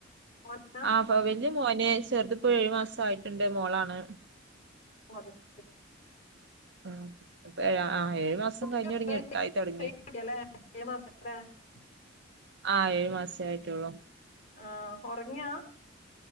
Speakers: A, on the left (about 35°); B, on the right (about 60°).
A: മോനാ
B: ആപ വല്യ മോന് ചെറ്ത്പ്പോ ഏഴു മാസം ആയിട്ടുണ്ട് മോളാണ്
A: ഓ, അത് ശരി.
B: ആ പ്പ ഏഴാ ഏഴ് മാസം
A: കുട്ടി
B: കഴിഞ്ഞാടങ്ങി എട്ടായി
A: <unintelligible>
B: തുടങ്ങി ആ ഏഴു മാസെ ആയിട്ടെള്ളു
A: ആ ഒറങ്ങിയാ